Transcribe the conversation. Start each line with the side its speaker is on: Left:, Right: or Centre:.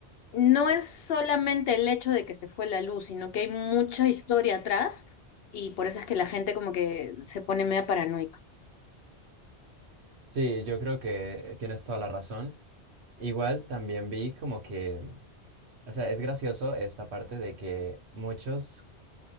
Left: no es solamente el hecho de que se fue la luz, sino que hay mucha historia atrás y por eso es que la gente como que se pone media paranoica.
Right: Sí, yo creo que tienes toda la razón. Igual también vi como que, o sea, es gracioso esta parte de que muchos